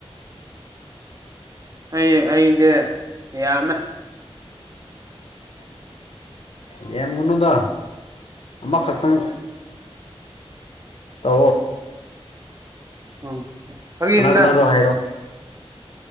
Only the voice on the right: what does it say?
ꯑꯩ ꯑꯩꯗꯤ ꯌꯥꯝꯃꯦ
ꯎꯝ ꯐꯒꯤꯅ